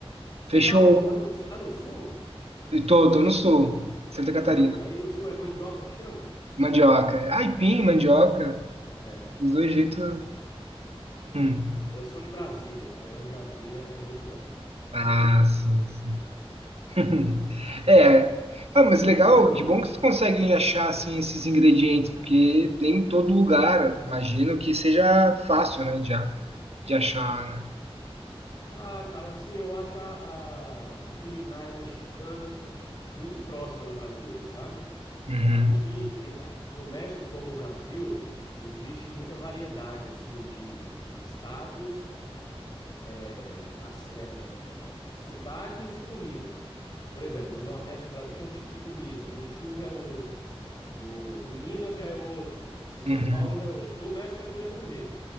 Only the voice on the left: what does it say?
Você
tá onde? Você tá no, você tá no sul?
Man- Aí no sul é mandioca que chama?
É,
isso.
Eu sou de Brasília, aí lá em Brasília é mandioca.
Ah, cara, assim, eu acho a, a, a culinária mexicana muito próxima da brasileira, sabe?
Aqui e, ah, no México, como o Brasil, existe muita variedade, assim, de, de estados, eh, as- eh, eh, sotaques e comidas. Por exemplo, no Nordeste do Brasil tem um tipo de comida, no Sul já é outro, no, em Minas já é outro, em São
Paulo já é outro. No México é do mesmo jeito.